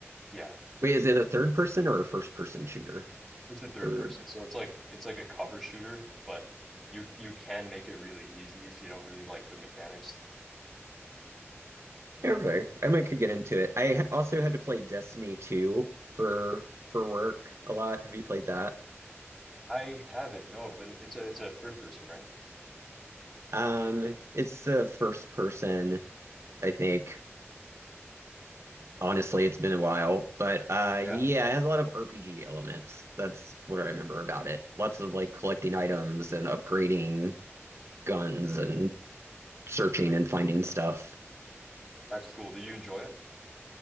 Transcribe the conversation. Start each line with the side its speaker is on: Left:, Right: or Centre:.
Centre: Yeah,
Right: Wait, is it a third person or a first person shooter?
Centre: it's a third
Right: Third.
Centre: person. So it's like it's like a cover shooter, but you you can make it really easy if you don't really like the mechanics.
Right: Okay,
Centre: Mm.
Right: I might could get into it. I ha- also had to play Destiny 2 for for work a lot. Have you played that?
Centre: I haven't, no, but it, it's a it's a first person, right?
Right: Um, it's the first person, I think. Honestly, it's been a while, but uh
Centre: Yeah.
Right: yeah, it has a lot of RPG elements. That's what I remember about it. Lots of like collecting items and upgrading guns
Centre: Hmm.
Right: and searching and finding stuff.
Centre: That's cool. Did you enjoy it?